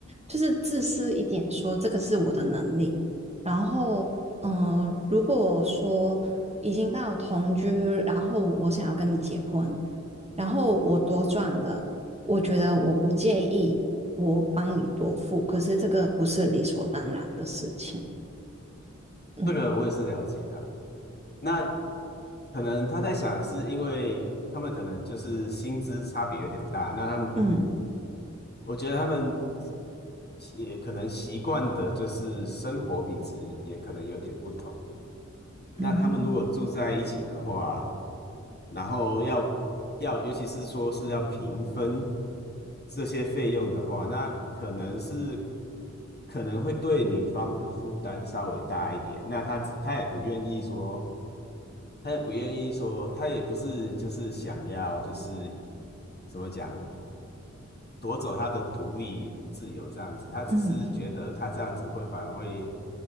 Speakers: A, on the right; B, on the left.
A: 就是自私一点说，这个是我的能力。然后，嗯、如果说已经到同居，然后我想要跟你结婚，然后我多赚的，我觉得我不介意，我帮你多付，可是这个不是理所当然的事情。嗯
B: 这个我也是了解啊。那可能他在想的是，因为他们可能就是薪资差别有点大，那他们可能，
A: 嗯
B: 我觉得他们也可能习惯的就是生活品质也可能有点不同。那他们如果住在一起的话，
A: 嗯
B: 然后要要，尤其是说是要平分这些费用的话，那可能是可能会对女方的负担稍微大一点。那她她也不愿意说，她也不愿意说，她也不是就是想要就是怎么讲，夺走他的独立自由这样子，他只是觉得他这样子会反而会
A: 嗯，